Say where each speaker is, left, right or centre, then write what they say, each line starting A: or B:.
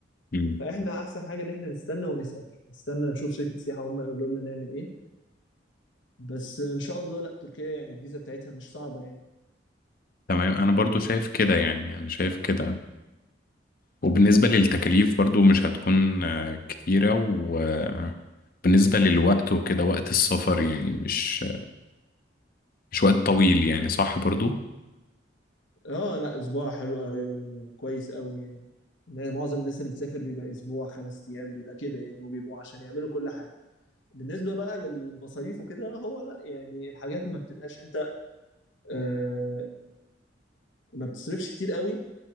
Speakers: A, on the left; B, on the left.
A: مم.
B: فاحنا احسن حاجه ان احنا نستنى ونسال نستنى نشوف شركه السياحه هم يقولوا لنا نعمل ايه بس ان شاء الله لا تركيا يعني الفيزا بتاعتها مش صعبه يعني
A: تمام انا برضو شايف كده يعني انا شايف كده وبالنسبة للتكاليف برضو مش هتكون آه، كتيرة وبالنسبة للوقت وكده وقت السفر يعني مش مش وقت طويل يعني صح برضو
B: اه لا اسبوع حلو قوي وكويس قوي يعني يعني معظم الناس اللي بتسافر بيبقى اسبوع خمس ايام بيبقى كده يعني وبيبقوا عشان يعملوا كل حاجه بالنسبه بقى للمصاريف وكده هو لا يعني الحاجات ما بتبقاش انت آه ما بتصرفش كتير قوي